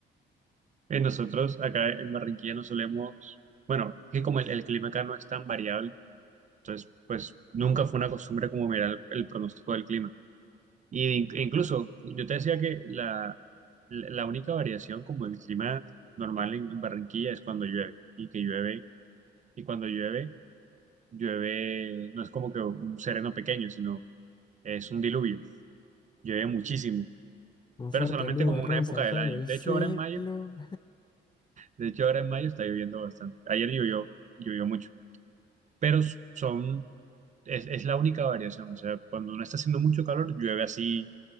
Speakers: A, on the right (about 40°); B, on the left (about 20°).
A: Eh, Nosotros acá en Barranquilla no solemos, bueno, que como el, el clima acá no es tan variable, Entonces, pues nunca fue una costumbre como mirar el, el pronóstico del clima. Y in- e incluso yo te decía que la, la la única variación como el clima normal en en Barranquilla es cuando llueve y que llueve y cuando llueve, llueve no es como que un sereno pequeño, sino es un diluvio. Llueve muchísimo,
B: Un
A: pero
B: fuerte
A: solamente
B: nubarrón
A: como una época
B: salta
A: del año.
B: en el
A: De
B: cielo.
A: hecho, ahora en mayo, de hecho ahora en mayo está lloviendo bastante. Ayer llovió, llovió mucho, pero son es, es la única variación, o sea, cuando no está haciendo mucho calor, llueve así